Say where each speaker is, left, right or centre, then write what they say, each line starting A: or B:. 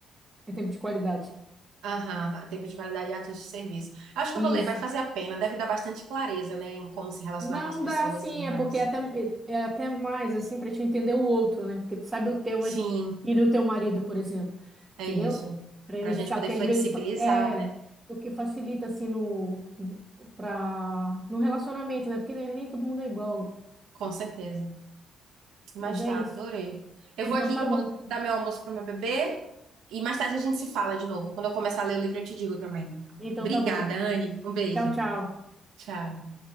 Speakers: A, on the right (about 20°); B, on the right (about 80°).
A: é tempo de qualidade.
B: Aham, tempo de validade e atos de serviço. Acho que
A: Isso.
B: eu vou ler, vai fazer a pena, deve dar bastante clareza, né, em como se relacionar
A: Não
B: com as pessoas
A: dá assim,
B: e tudo
A: é
B: mais.
A: porque é até, é até mais assim para te entender o outro, né? Porque tu sabe o teu,
B: Sim,
A: mas e do teu marido, por exemplo,
B: é
A: entendeu?
B: isso.
A: Para
B: Para
A: identificar,
B: a gente poder
A: porque
B: flexibilizar,
A: às vezes fa- é
B: né?
A: o que facilita assim no para no relacionamento, né? Porque nem, nem todo mundo é igual.
B: Com certeza. Mas
A: Mas é
B: tá,
A: isso.
B: adorei. Eu
A: Então
B: vou aqui
A: tá
B: que eu
A: bom.
B: vou dar meu almoço pro meu bebê e mais tarde a gente se fala de novo. Quando eu começar a ler o livro, eu te digo também.
A: Então
B: Obrigada,
A: tá bom.
B: Anne. Um beijo.
A: Tchau, tchau.
B: Tchau.